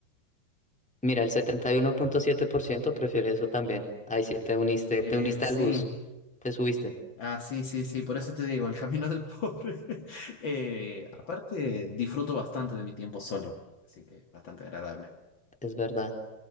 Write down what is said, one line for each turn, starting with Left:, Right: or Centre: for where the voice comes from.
Centre: Mira, el setenta y uno punto siete por ciento prefiere eso también. Ahí sí te uniste,
Left: Eh,
Centre: te uniste
Left: sí,
Centre: al bus, te subiste,
Left: Ah, sí, sí, sí, por eso te digo, el camino del pobre. <laughs> Eh, aparte, disfruto bastante de mi tiempo solo, así que bastante agradable.
Centre: es verdad.